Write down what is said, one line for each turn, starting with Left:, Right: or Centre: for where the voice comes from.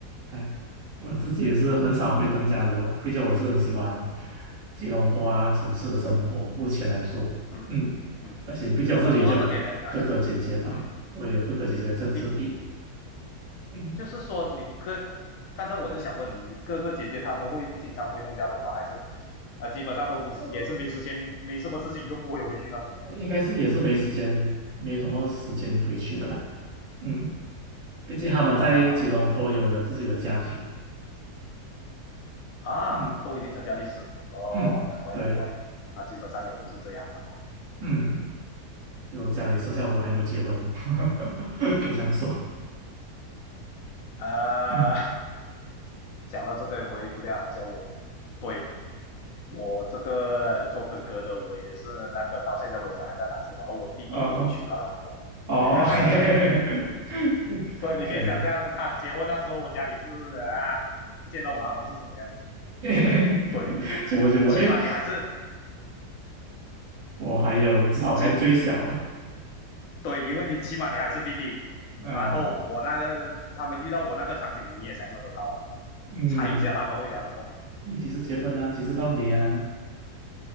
Right: 哎，我自己也是很少回登嘉楼啦，毕竟我也是很喜欢吉隆坡啊城市的生活。目前来说，
Left: 嗯嗯，
Right: 嗯，而且毕竟我这里也是有哥哥姐姐嘛，
Left: 那说到这点呢，啊，呃嗯，
Right: 我也有哥哥姐姐在这里。
Left: 你
Right: 嗯。
Left: 就是说你哥，刚才我就想问你哥哥姐姐他们会经常回东家楼吗？还是啊、呃基本上都是也是没时间，
Right: 呃
Left: 没什么事情就不会回去那种
Right: 应该是也是没时间，没什么时间回去的啦。嗯，毕竟他们在吉隆坡有了自己的家庭。
Left: 啊啊，
Right: 嗯
Left: 都已经成家立室哦，
Right: 嗯，
Left: 难怪难怪啊，
Right: 对，
Left: 基本上也都是这样的啦。
Right: 嗯，就家里剩下我还没有结婚哦，<laughs> 可以这样说。
Left: 啊，
Right: 嗯，
Left: 讲到这个我也有点好笑，我对我这个做哥哥的我也是那个到现在为止还在单身，然后我弟弟已经娶了老婆。
Right: 哦哦，OK，
Left: <laughs>
Right: <laughs>
Left: 所以你可以想象他结婚那时候，
Right: 可以的。
Left: 我家里是啊，见到我他们是什么样子。<laughs>
Right: <laughs>
Left: 对，
Right: 怎么怎么？
Left: 起码你还是
Right: 哎，我还有，
Left: 嗯，
Right: 至少我还是最小啊
Left: 起对，因为你起码你还是弟弟。
Right: 啊，
Left: 然后我那个他们遇到我那个场景，你也想象得到了吧？
Right: 嗯，
Left: 猜一下他们会讲什么，
Right: 你几时结婚啊？几时到你啊？